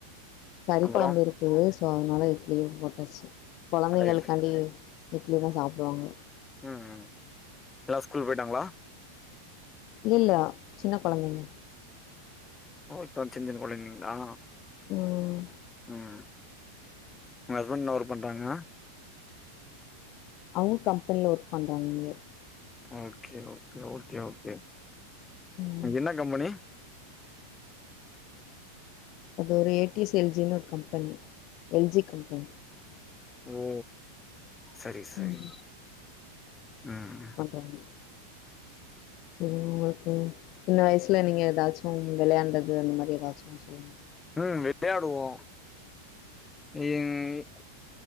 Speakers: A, on the left; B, on the left.
A: கறி
B: அப்றோ
A: கொழம்பு இருக்குது சோ அதனால இட்லியு போட்டச்சு கொழந்தைங்களுக்காண்டி
B: ரைட்
A: இட்லிதா சாப்டுவாங்க
B: ம் ம் எல்லா ஸ்கூல் போய்ட்டாங்களா
A: இலில்லா சின்னக் கொழந்தைங்க
B: ஓ இப்பதா சின் சின்ன கொழந்தைங்ளா
A: ம்
B: ம் உங்க ஹஸ்பண்ட் என்ன ஒர்க் பண்றாங்க
A: அவுங்க கம்பெனில ஒர்க் பண்றாங் இங்யே
B: ஓககே ஓகே ஓகே ஓகே
A: ம்
B: என்ன கம்பெனி
A: அது ஒரு ஏ டி எஸ் எல் ஜினு ஒரு கம்பெனி எல் ஜியேக் கம்பெனி
B: ஓ சரி சரி
A: ம்
B: ம்
A: <inaudible> செரி உங்களுக்கு சின்ன வயசுல நீங்க எதாச்சு விளையாண்டது அந்த மாரி எதாச்சு சொல்லுங்க
B: ம் விளயாடுவோ ம் <unintelligible>